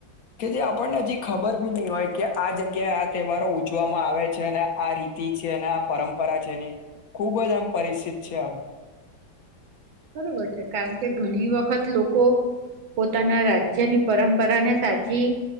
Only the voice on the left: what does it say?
કે જે આપણને હજી ખબર બી નહી હોય કે આ જગ્યાએ આ તહેવારો ઉજવામાં આવે છે, અને આ રીતિ છે, અને આ પરંપરા છે ની, ખૂબ જ આમ પરિસિત છે આમ.